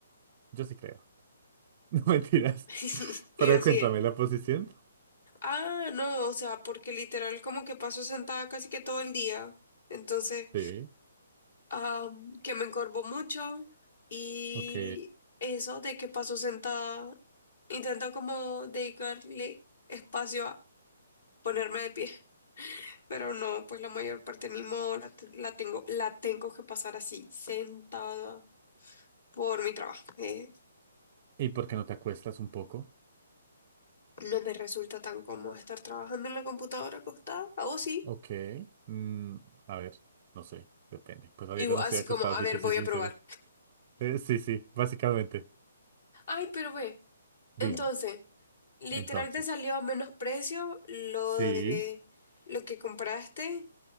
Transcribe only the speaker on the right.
yo sí creo. <laughs> No mentiras.
Pero
cuéntame
la posición.
Sí,
ok.
¿Y por qué no te acuestas un poco?
Ok. Mm, a ver, no sé, depende. Pues ahorita
no
estoy acostado,
si
te
soy sincero.
Eh, sí, sí, básicamente.
Dime,
entonces.
Sí.